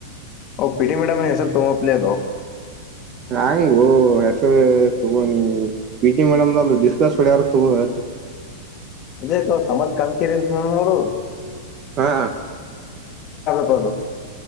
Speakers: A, on the left; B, on the right.
A: ಓ ಪಿಟಿ ಮೇಡಮ್ ಹೆ ಸರ್ ತುಮಪ್ಲ ಅಗಾ
B: ರಾಂಗೋ ಹೆಸ ತ ವಿಜಿ ಮೇಡಮ್ ನ ಡಿಸಕಸ್ ಹೊಡಾರ ತ ಹ
A: ಅದೇ ಸಮಾಜ್ ಕಂಕೀರಿ ಅಂತ ನೋ ನೋಡು
B: ಹಾ
A: ಹಾ ಹ